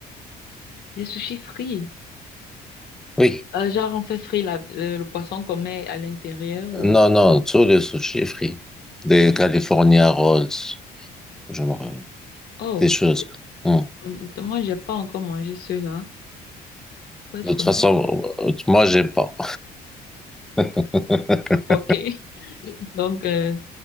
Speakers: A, on the left (about 70°); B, in the centre.
A: Les sushis frits.
B: Oui.
A: Euh, genre, on fait frit la- euh, le poisson qu'on met à l'intérieur ou...
B: Non, non, tous les sushis frits. Des California Rolls. Je me... rappelle.
A: Oh,
B: Des choses.
A: j'ai-
B: Hum.
A: honnêtement, j'ai pas encore mangé ceux-là, pour être
B: De toute
A: honnête.
B: façon, euh, moi, j'aime pas. <laughs>
A: Ok. <laughs> Donc, euh,